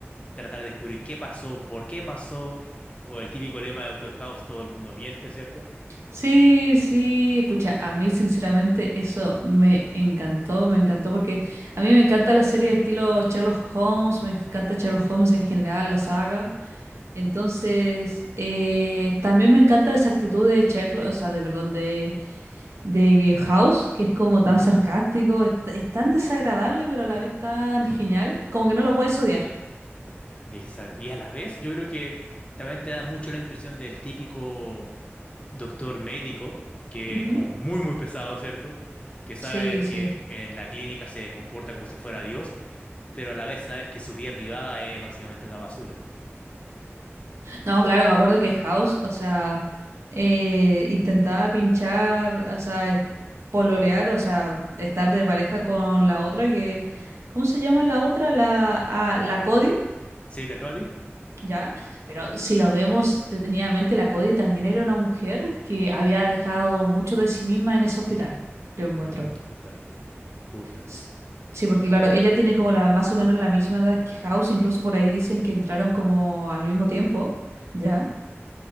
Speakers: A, on the left; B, on the right.
A: tratar de descubrir qué pasó, por qué pasó, o el típico lema de Doctor House, todo el mundo miente, ¿cierto?
B: Sí, sí, pucha, a mí sinceramente eso me encantó, me encantó porque a mí me encanta la serie de estilo Sherlock Holmes, me encanta Sherlock Holmes en general, la saga. Entonces, eh, también me encanta esa actitud de Sherlock, o sea, de, perdón, de, de House, que es como tan
A: Ujú.
B: sarcástico, es, es tan desagradable, pero a la vez tan genial, como que no lo puedes odiar.
A: Exacto. Y a la vez yo creo que también te da mucho la impresión del típico doctor médico, que
B: Ujú.
A: es como muy, muy pesado, ¿cierto? Que sabes
B: Sí, sí.
A: que en la clínica se comporta como si fuera Dios pero a la vez sabes que su vida privada es básicamente una basura.
B: No, claro, me acuerdo que House, o sea, eh, intentaba pinchar, o sea, est- pololear, o sea, estar de pareja con la otra que, ¿cómo se llama la otra? La, ah, la Cody,
A: ¿Sí, la Cody?
B: ¿ya? Pero si lo vemos detenidamente, la Cody también era una mujer que había dejado mucho de sí misma en ese hospital, yo encuentro.
A: Ujú, justamente, justamente.
B: S- Sí, porque claro, ella tiene como la, más o menos la misma edad que House, incluso por ahí dicen que entraron como al mismo tiempo, ¿ya?